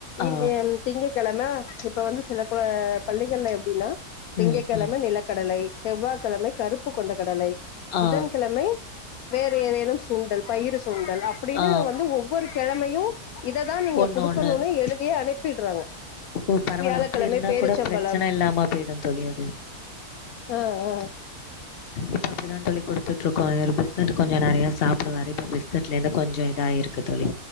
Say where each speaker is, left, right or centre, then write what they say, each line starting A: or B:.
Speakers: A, on the left; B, on the left.
A: ஆ
B: இங்க திங்ககிழமை போனிஸ் சில குல பள்ளிகள்ல எப்படின்னா திங்க
A: ம்
B: கிழமை
A: ம்
B: நிலக்கடலை செவ்வாய் கிழமை கருப்பு கொண்ட கடலை
A: ஆ
B: புதன்கிழமை வேர் ஏதேனும் சுண்டல் பயிரு சு சூண்டல் அப்படின்னு
A: ஆ
B: வந்து ஒவ்வொரு கிழமையும் இததான் நீங்க
A: ஒன்று
B: கொடுக்கணும்னு
A: ஒன்று
B: எழுதிய அனுப்பிடுறாங்க
A: ஓ பரவலாம்
B: வியாழக்கிழமை
A: அப்படி இருந்தா
B: பேரிச்சம்பழம்
A: கூட பிரச்சனை இல்லாமா போயிடும் தோழி அது
B: ஆ ஆ
A: இப்ப அப்படிதான் தோழி கொடு சுட்டுருக்கோம் ஒரு பிஸ்கட் கொஞ்ச நிறையா சாப்பிடுவாரு இப்ப பிஸ்கட்லேருந்து கொஞ்ச இதாயிருக்கு தோழி